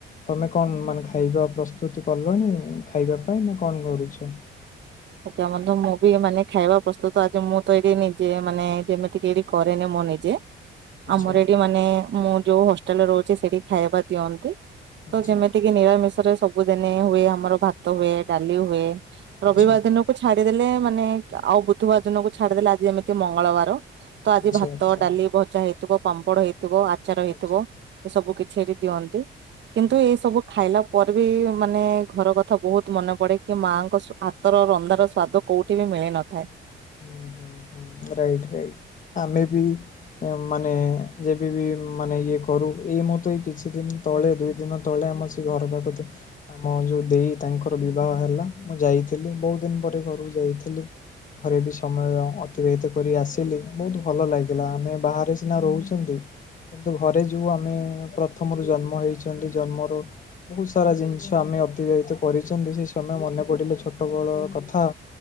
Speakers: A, on the left; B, on the right.
A: ତମେ କଣ ମାନେ ଖାଇବା ପ୍ରସ୍ତୁତି କଲଣି ଖାଇବା ପାଇଁ ନା କଣ କରୁଛ?
B: ଆଜ୍ଞା ବନ୍ଧୁ ମୁଁ ବି ମାନେ ଖାଇବା ପ୍ରସ୍ତୁତ ଆଜି ମୁଁ ତ ଏଇଠି ନିଜେ ମାନେ ଯେମିତି କି ଏଇଠି କରେନି ମୁଁ ନିଜେ।
A: ଆଚ୍ଛା
B: ଆମର ଏଠି ମାନେ ମୁଁ ଯୋଉ ହଷ୍ଟେଲରେ ରହୁଛି, ସେଠି ଖାଇବା ଦିଅନ୍ତି।
A: ଆଚ୍ଛା
B: ତ ଯେମିତି ନିରାମିଷରେ ସବୁଦିନେ ହୁଏ ଆମର ଭାତ ହୁଏ, ଡାଲି ହୁଏ। ରବିବାର
A: ଆଚ୍ଛା
B: ଦିନକୁ ଛାଡିଦେଲେ, ମାନେ ଆଉ ବୁଧବାର ଦିନକୁ ଛାଡିଦେଲେ ଆଜି ଏମିତି ମଙ୍ଗଳବାର ତ ଆଜି
A: ଆଚ୍ଛା
B: ଭାତ,
A: ଆଚ୍ଛା
B: ଡାଲି, ଭଜା ହେଇଥିବ, ପାମ୍ପଡ ହେଇଥିବ, ଆଚାର ହେଇଥିବ।
A: ଆଚ୍ଛା
B: ଏ ସବୁ କିଛି ଏଠି ଦିଅନ୍ତି। କିନ୍ତୁ
A: ଆଚ୍ଛା।
B: ଏଇ ସବୁ ଖାଇଲା ପରେ ବି ମାନେ ଘର କ ଥା ବହୁତ ମନେ ପଡେ କି, ମାଆଙ୍କ ହାତର ରନ୍ଧାର ସ୍ଵାଦ କୋଉଠି ବି ମିଳି ନଥାଏ।
A: ହଁ ହଁ ହଁ ରାଇଟ୍ ରାଇଟ୍ ଆମେ ବି ଏ ମାନେ ଯେବେ ବି ମାନେ ଇଏ କରୁ, ଏଇ ମୁଁ ତ ଏଇ କିଛି ଦିନ ତଳେ ଦୁଇ ଦିନ ତଳେ ଆମ ସେ ଘର ପାଖକୁ ଆମ ଯୋଉ ଦେଇ ତାଙ୍କର ବିବାହ ହେଲା। ମୁଁ ଯାଇଥିଲି ବହୁତ ଦିନ ପରେ ଘରକୁ ଯାଇଥିଲି। ଘରେ ବି ସମୟ ଅତିବାହିତ କରି ଆସିଲି। ବହୁତ ଭଲ ଲାଗିଲା। ଆମେ ବାହାରେ ସିନା ରହୁଛନ୍ତି କିନ୍ତୁ ଘରେ ଯୋଉ ଆମେ ପ୍ରଥମରୁ ଜନ୍ମ ହେଇଛନ୍ତି ଜନ୍ମରୁ ବହୁତ ସାରା ଜିନିଷ ଆମେ ଅତିବାହିତ କରିଛନ୍ତି ସେଇ ସମୟ ମନେ ପଡିଲେ ଛୋଟ ବେଳ କଥା